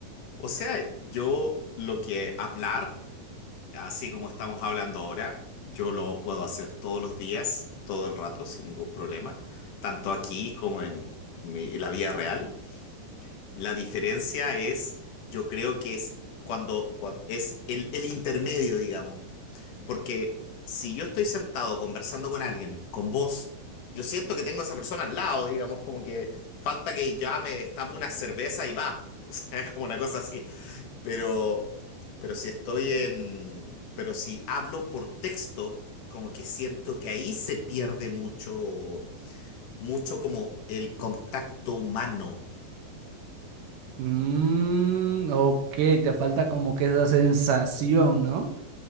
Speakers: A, on the left; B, on the right.
A: O sea, yo lo que hablar, así como estamos hablando ahora, yo lo puedo hacer todos los días, todo el rato, sin ningún problema, tanto aquí como en mi- la vida real. La diferencia es, yo creo que es cuando, cuan- es el, el intermedio, digamos. Porque si yo estoy sentado conversando con alguien, con vos, yo siento que tengo a esa persona al lado, digamos, como que falta que ya me destape una cerveza y va. <laughs> O sea, como una cosa así. Pero, pero si estoy en, pero si hablo por texto, como que siento que ahí se pierde mucho, mucho como el contacto humano.
B: Mm, ok, te falta como que esa sensación, ¿no?